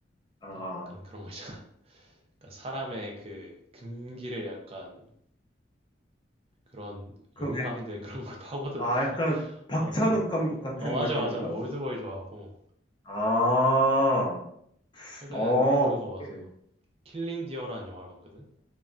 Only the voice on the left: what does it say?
아,
그럼,
약-
아, 약간
박찬욱
감독 같은
느낌인가?
아,
어,
그래.